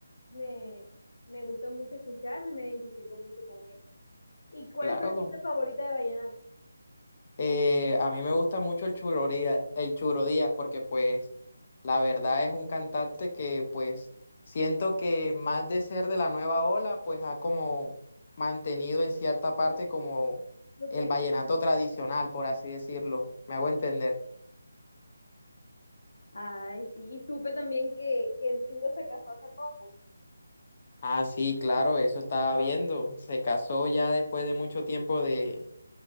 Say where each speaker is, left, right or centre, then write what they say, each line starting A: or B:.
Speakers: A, on the left; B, on the left.
A: me, me gusta mucho escucharlo y me identifico mucho con él. ¿Y cuál
B: Claro.
A: es tu artista
B: como-
A: favorita de vallenato?
B: Eh, a mí me gusta mucho el Churo Díaz, el Churo Díaz porque pues la verdad es un cantante que pues siento que más de ser de la nueva ola pues ha como mantenido en cierta parte como
A: Lo
B: el
A: tradicional.
B: vallenato tradicional, por así decirlo. ¿Me hago entender?
A: Ay, sí, y supe también que, que el Churo se casó hace poco
B: Ah, sí, claro, eso estaba viendo. Se casó ya después de mucho tiempo de,